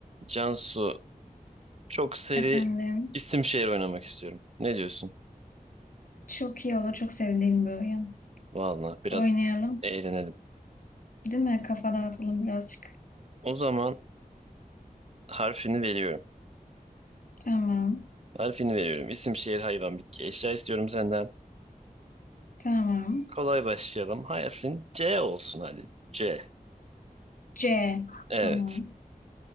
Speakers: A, on the right; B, on the left.
A: Cansu çok seri
B: Efendim.
A: isim şehir oynamak istiyorum. Ne diyorsun?
B: Çok iyi olur. Çok sevdiğim bir oyun.
A: Vallahi biraz
B: Oynayalım.
A: eğlenelim.
B: Değil mi? Kafa dağıtalım birazcık.
A: O zaman harfini veriyorum.
B: Tamam.
A: Harfini veriyorum. İsim şehir hayvan bitki eşya istiyorum senden.
B: Tamam.
A: Kolay başlayalım. Harfin C olsun hadi. C.
B: C.
A: Evet.
B: Tamam.